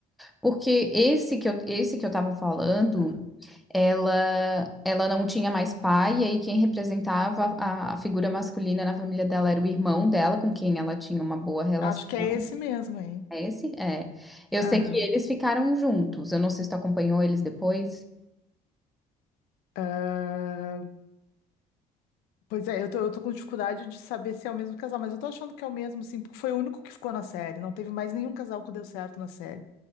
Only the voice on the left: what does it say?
Aham.
Acho que é esse mesmo, hein?
Aham.
Ah, pois é, eu tô, eu tô com dificuldade de saber se é o mesmo casal, mas eu tô achando que é o mesmo, sim, porque foi o único que ficou na série. Não teve mais nenhum casal que deu certo na série.